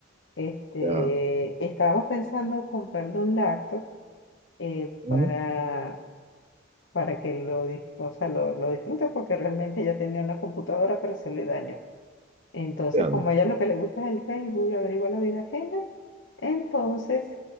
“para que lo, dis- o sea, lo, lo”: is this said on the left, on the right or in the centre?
Left